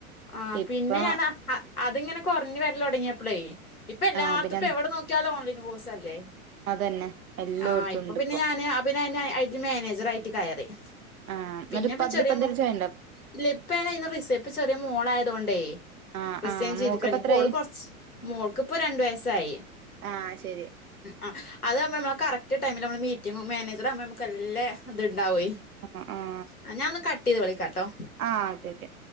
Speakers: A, on the left (about 80°); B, on the right (about 75°).
A: ആഹ്
B: ഇപ്പൊ
A: പിന്നെഞാനാ അത്ങ്ങനെ കുറഞ്ഞ് വരല് തുടങ്ങിയപ്പോളേ ഇപ്പൊ എല്ലാർത്തുംപ്പ
B: ആഹ് പിന്നെ
A: എവിടെ നോക്കിയാലും ഓൺലൈൻ കോഴ്സ്സല്ലേ?
B: അതന്നെ. എല്ലോടത്തും
A: ആഹ് ഇപ്പൊ
B: ഉണ്ട്
A: പിന്നെ ഞാന് അതി മാനേജർ ആയിട്ട് കയറി.
B: ആഹ് എന്നട്ടിപ്പ
A: പിന്നെ ഇപ്പ
B: അതിലെന്തെലും
A: ചെറിയ മോ
B: ചെയ്യണ്ടോ?
A: ഇല്ല ഇപ്പനാ ഇന്ന് റിസ ഇപ്പ ചെറിയ മോളായതൊണ്ടേ
B: ആഹ്
A: റെസിങ്ങ്
B: ആഹ്
A: ചെയ്ത്
B: മോക്കിപ്പ
A: കഴിഞ്ഞ ഇപ്പോ
B: എത്രായി
A: ഓള് കൊറച്ച് മോൾക്ക് ഇപ്പോ രണ്ടു വയസായി.
B: ആഹ് ശരി
A: ആഹ് അതാവുമ്പോ നമ്മള് കറക്റ്റ് ടൈമിൽ നമ്മള് മീറ്റിംഗും മാനേജറ ആവുമ്പോ നമുക്ക് എല്ലാം ഇത് ഇണ്ടാവുവേ
B: ആ ആഹ്
A: ആഹ് ഞാനൊന്ന് കട്ട് ചെയ്ത് വിളിക്കാട്ടോ?
B: ആഹ് ഒക്കേഒക്കെ